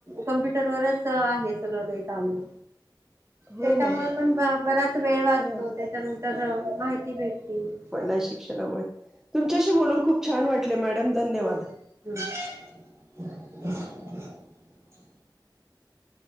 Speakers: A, on the right; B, in the centre.
A: कम्प्युटरवर च आहे सगळं काही चालू
B: हो
A: त्याच्यामुळे
B: हो
A: पण बराच वेळ वाचतो
B: ह
A: त्याच्यानंतर माहिती भेटते.
B: हया शिक्षणा मुळे तुमच्या शी बोलून खूप छान वाटलं मॅडम. धन्यवाद
A: हो हम